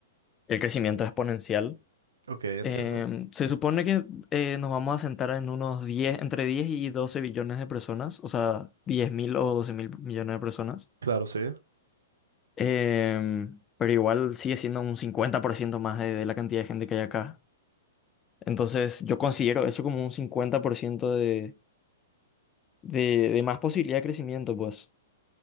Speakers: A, on the left; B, on the right.
A: el crecimiento es exponencial.
B: Ok, entiendo.
A: Em, se supone que eh, nos vamos a sentar en unos 10 entre 10 y 12 billones de personas, o sea, 10 mil o 12 mil millones de personas.
B: Claro, sí.
A: Em, pero igual sigue siendo un 50% más de, de la cantidad de gente que hay acá. Entonces, yo considero eso como un 50% de, de, de más posibilidad de crecimiento, pues.